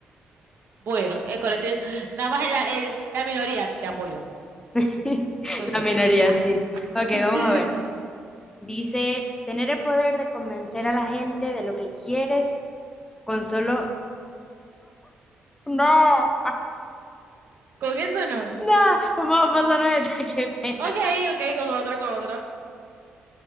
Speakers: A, on the right (about 60°); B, on the left (about 15°).
A: Bueno, el colectivo, nada más la, el- la minoría te apoyo.
B: <laughs>
A: Fue peor.
B: La minoría,
A: Ah,
B: sí.
A: <laughs>
B: Ok, vamos a ver. Dice, tener el poder de convencer a la gente de lo que quieres con solo... No,
A: con eso no.
B: no, vamos a pasar esta, <laughs> qué pena.
A: Ok, ok, con otro, con otro.